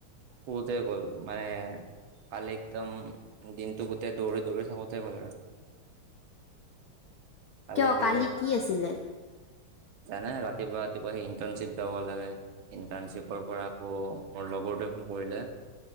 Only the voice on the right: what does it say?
ফুৰোতে গ'ল মানে কালি একদম দিনটো গোটেই দৌৰি-দৌৰি থাকোঁতে গ'ল আৰু। কালি
আহি,
জানে ৰাতিপুৱা কিবা সি ইন্টাৰ্ণশ্বিপ যাব লাগে, ইণ্টাৰ্ণশ্বিপৰ পৰা আকৌ মোৰ লগৰটোৱে ফোন কৰিলে।